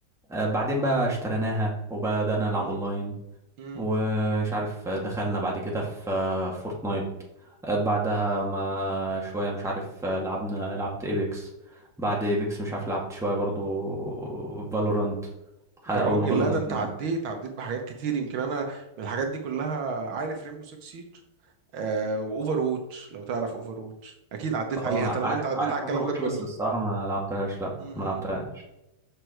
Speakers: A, in the centre; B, on the right.
A: آه، بعدين بقى اشتريناها وبدأنا نلعب
B: مم.
A: اونلاين
B: مم.
A: ومش عارف آه، دخلنا بعد كده في آه، فورتنايت آه، بعدها ما شوية مش عارف آه، لعبنا لعبت ايبكس بعد ايبكس مش عارف لعبت شوية برضو فالورانت
B: يا
A: اول
B: راجل
A: ما فالورانت
B: لا ده انت
A: نزل
B: عديت عديت بحاجات كتير يمكن انا من الحاجات دي كلها عارف ريمبو 6 سيج آه واوفر ووتش لو تعرف اوفر ووتش اكيد عديت
A: اه
B: عليها طالما
A: عارف
B: انت عديت
A: عارف
B: على الكلام
A: اوفر واتش
B: ده كله
A: بس الصراحه ما لعبتهاش لا
B: م- م-
A: ما لعبتهاش